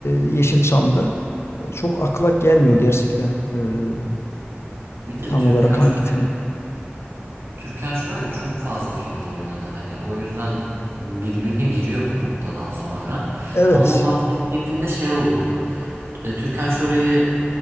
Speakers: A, on the left; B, on the right.
A: Yeşilçam'da e, çok akla gelmiyor gerçekten e,
B: bir de
A: tam
B: Türkan
A: olarak hangi
B: Şoray'da
A: film.
B: Türkan Şoray'da çok fazla filmde oynadı hani o yüzden birbirine giriyor bir noktadan sonra.
A: Evet.
B: Ama o bahsettiğim filmde şey oluyordu. e, Türkan Şoray'ı